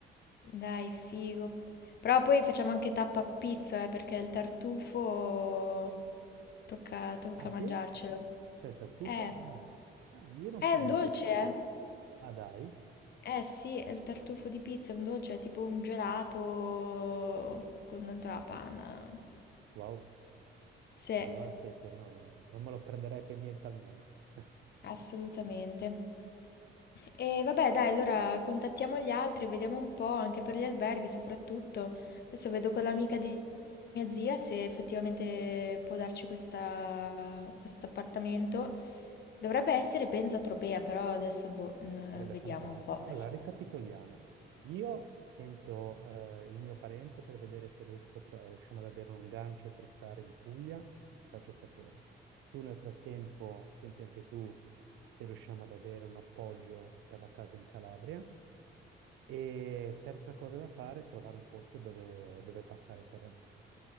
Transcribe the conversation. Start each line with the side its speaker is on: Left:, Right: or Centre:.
Left: dai, figo. Però poi facciamo anche tappa a pizzo, eh, perché il tartufo tocca, tocca
Right: Ah sì?
Left: mangiarcelo.
Right: C'è il tartufo?
Left: Eh,
Right: Eh. Ah, io non
Left: è
Right: sono
Left: un
Right: molto
Left: dolce,
Right: esperto.
Left: eh?
Right: Ah dai?
Left: Eh sì, è il tartufo di pizza, è un dolce, è tipo un gelato con dentro la panna.
Right: Wow.
Left: Sì,
Right: Allora sì, sì, no, no, non me lo perderei per niente al mondo. <laughs>
Left: assolutamente. E vabbè, dai, allora contattiamo gli altri, vediamo un po', anche per gli alberghi soprattutto. Adesso vedo con l'amica di mia zia se effettivamente può darci questa- questo appartamento. Dovrebbe essere, penso, a Tropea, però adesso boh, eh,
Right: Sarebbe
Left: vediamo
Right: fantastico.
Left: un po'.
Right: Allora, ricapitoliamo. Io sento eh, il mio parente per vedere se riesco a tro- riusciamo ad avere un gancio per stare in Puglia, faccio sapere. Tu nel frattempo senti anche tu se riusciamo ad avere un appoggio per la casa in Calabria. E terza cosa da fare è trovare un posto dove, dove passare per Ferragosto.